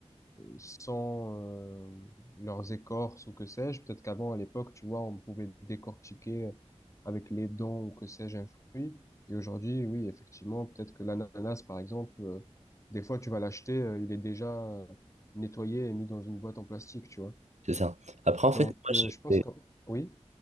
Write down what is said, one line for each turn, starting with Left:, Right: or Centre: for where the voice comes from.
Left: sans euh, leurs écorces ou que sais-je. Peut-être qu'avant, à l'époque, tu vois, on pouvait décortiquer euh, avec les dents ou que sais-je un fruit. Et aujourd'hui, oui, effectivement, peut-être que l'ananas, par exemple, euh, des fois, tu vas l'acheter, euh, il est déjà euh, nettoyé et mis dans une boîte en plastique, tu vois.
Right: C'est ça. Après, en
Left: Donc,
Right: fait, moi,
Left: euh,
Right: j'ai
Left: je pense
Right: fait,
Left: que oui.